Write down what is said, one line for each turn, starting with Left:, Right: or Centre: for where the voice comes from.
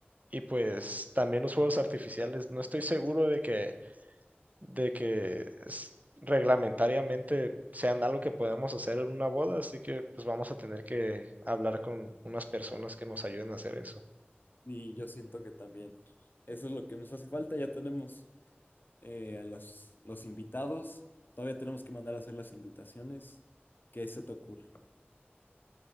Right: y pues también los fuegos artificiales. No estoy seguro de que, de que s- reglamentariamente sean algo que podemos hacer en una boda, así que pues vamos a tener que hablar con unas personas que nos ayuden a hacer eso.
Left: Y yo siento que también eso es lo que nos hace falta. Ya tenemos eh, a los, los invitados. Todavía tenemos que mandar a hacer las invitaciones. ¿Qué se te ocurre?